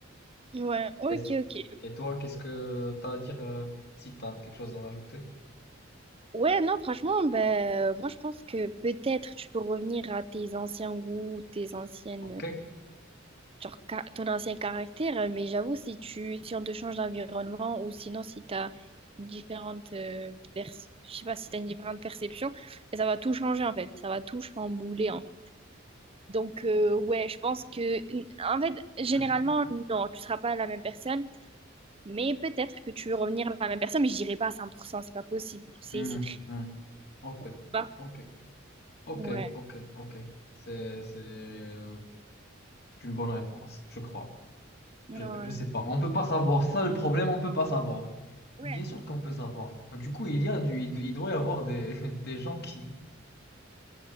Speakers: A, on the right; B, on the left.
A: ouais, ok,
B: Et,
A: ok.
B: et toi, qu'est-ce que tu as à dire euh, si tu as quelque chose à rajouter?
A: Ouais, non, franchement, ben, moi je pense que peut-être tu peux revenir à tes anciens goûts, tes anciennes.
B: OK?
A: genre ca- ton ancien caractère, hein, mais j'avoue, si tu si on te change d'environnement ou sinon si tu as différentes euh, pers- je sais pas si tu une différente perception, ben, ça va tout changer en fait, ça va tout chambouler en fait. Donc euh, ouais, je pense que en fait, généralement
B: Mhm.
A: non, tu seras pas la même personne, mais peut-être que tu veux revenir à la même personne, mais je dirais pas à 100% c'est pas possible. C'est
B: Mhm.
A: c'est très
B: Mhm. OK.
A: bas.
B: OK. OK.
A: Ouais.
B: OK. OK. C'est, c'est euh, c'est une bonne réponse, je crois.
A: Ouais.
B: Je, je sais pas. On peut pas savoir. Ça, le problème, on peut pas savoir.
A: Ouais.
B: Bien sûr qu'on peut savoir. Du coup, il y a du, il il doit y avoir des, <laughs> des gens qui.